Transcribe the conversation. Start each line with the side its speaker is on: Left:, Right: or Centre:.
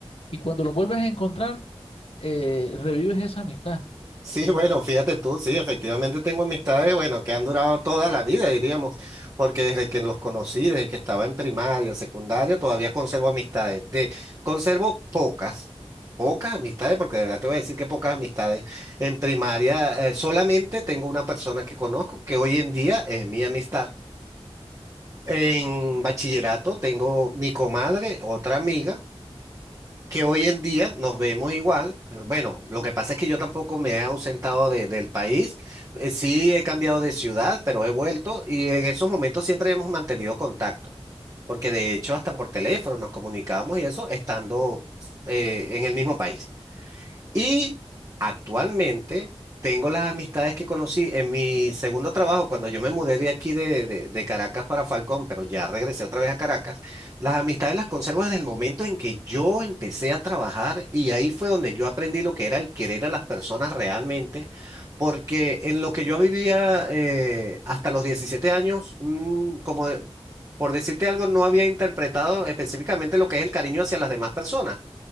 Left: Y cuando lo vuelves a encontrar, eh, revives esa amistad.
Right: Sí, bueno, fíjate tú, sí, efectivamente tengo amistades, bueno, que han durado toda la vida, diríamos, porque desde que los conocí, desde que estaba en primaria, secundaria, todavía conservo amistades. De, conservo pocas, pocas amistades, porque de verdad te voy a decir que pocas amistades. En primaria, eh, solamente tengo una persona que conozco, que hoy en día es mi amistad. En bachillerato tengo mi comadre, otra amiga que hoy en día nos vemos igual. Bueno, lo que pasa es que yo tampoco me he ausentado de- del país. Eh, sí he cambiado de ciudad, pero he vuelto y en esos momentos siempre hemos mantenido contacto, porque de hecho hasta por teléfono nos comunicábamos y eso estando eh, en el mismo país. Y actualmente tengo las amistades que conocí en mi segundo trabajo, cuando yo me mudé de aquí de, de- de Caracas para Falcón, pero ya regresé otra vez a Caracas, las amistades las conservo desde el momento en que yo empecé a trabajar y ahí fue donde yo aprendí lo que era el querer a las personas realmente, porque en lo que yo vivía eh, hasta los 17 años, mm, como... de- Por decirte algo, no había interpretado específicamente lo que es el cariño hacia las demás personas.